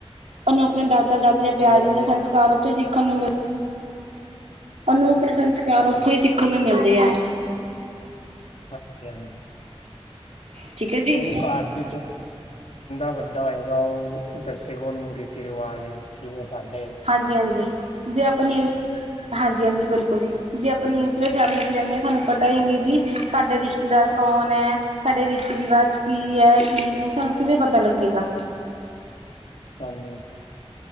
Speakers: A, on the right (about 85°); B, on the left (about 85°).
A: ਉਹਨੂੰ ਆਪਣੇ ਦਾਦਾ -ਦਾਦੀ ਦਾ
B: ਹਾਂਜੀ
A: ਪਿਆਰ ਮਿਲੇ,
B: ਹਾਂਜੀ
A: ਸੰਸਕਾਰ ਉੱਥੋਂ ਹੀ ਸਿੱਖਣ ਨੂੰ ਮਿਲਦਾ ਉਨੂੰ ਆਪਣੇ ਸੰਸਕਾਰ ਉੱਥੋਂ
B: ਹਾਂਜੀ
A: ਹੀ ਸਿੱਖਣ ਨੂੰ ਮਿਲਦੇ ਆ
B: ਹਾਂਜੀ -ਹਾਂਜੀ
A: ਠੀਕ ਹੈ ਜੀ
B: ਕਿਉਂਕਿ ਘਰ ਚ ਜੋ ਬੰਦਾ ਵੱਡਾ ਹੋਏਗਾ, ਓ ਦੱਸੇਗਾ ਉਹ ਨੂੰ ਰੀਤੀ ਰਿਵਾਜ ਕਿਵੇਂ ਤੁਡੇ
A: ਹਾਂਜੀ -ਹਾਂਜੀ ਜੇ ਆਪਣੀ, ਹਾਂਜੀ -ਹਾਂਜੀ ਬਿਲਕੁਲ ਜੀ ਜੇ ਆਪਾਂ ਨਿਊਕਲੀਅਰ ਫੈਮਿਲੀ ਚ ਰਹਿੰਦੇ ਹਾਂ ਸਾਨੂੰ ਪਤਾ ਹੀ ਨੀ ਜੀ ਸਾਡੇ ਰਿਸ਼ਤੇਦਾਰ ਕੌਣ ਹੈ ਸਾਡੇ ਰੀਤੀ ਰਿਵਾਜ ਕੀ ਹੈ, ਕੀ ਨਹੀਂ, ਸਾਨੂੰ ਕਿਵੇਂ ਪਤਾ ਲੱਗੇਗਾ?
B: ਹਾਂਜੀ,